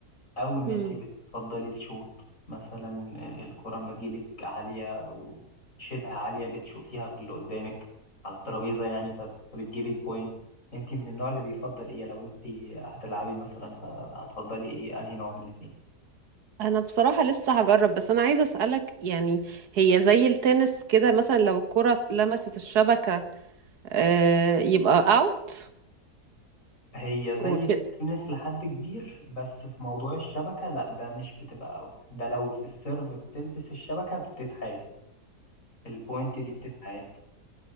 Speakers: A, on the left; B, on the right.
A: او ان
B: مم.
A: انت بتفضلي الشوط مثلا آه، الكرة لما تجيلك عالية او شبه عالية بتشوطيها في اللي قدامك على الترابيزة يعني فب- فبتجيبي البوينت انت من النوع اللي بيفضل ايه لو انت هتلعبي مثلا فهتفضلي ايه انهي نوع من الاتنين
B: انا بصراحة لسه هجرب بس انا عايزة اسألك يعني هي زي التنس كده مثلا لو الكرة لمست الشبكة آه يبقى اوت
A: هي زي
B: وكده
A: التنس لحد كبير بس في موضوع الشبكة لا ده مش بتبقى اوت ده لو في السيرف بتلبس الشبكة بتتعاد البوينت دي بتتعاد